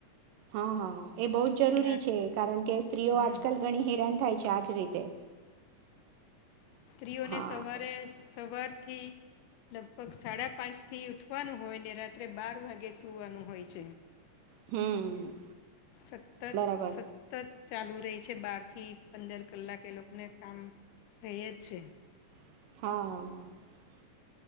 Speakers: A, on the right (about 80°); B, on the left (about 75°).
A: હા હા એ બહુ જ જરૂરી
B: તેના
A: છે. કારણ કે સ્ત્રીઓ
B: હમ
A: આજકાલ ગણી હેરા થાય છે. આજ રીતે
B: સ્ત્રીઓને
A: હા
B: સવારે, સવાર થી, લગભગ સાડા પાંચથી ઉઠવાનું હોય. ને રાત્રે બાર વાગે સૂવાનું હોય છે.
A: હમ.
B: સતત
A: બરાબર
B: સતત ચાલુ રહી છે બાર થી પંદર કલાક એ લોકોને કામ રહે જ છે.
A: હા હ.